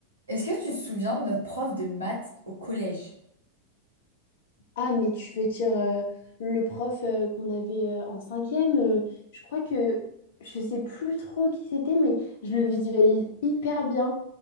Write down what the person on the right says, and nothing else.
Est-ce que tu te souviens de notre prof de maths au collège?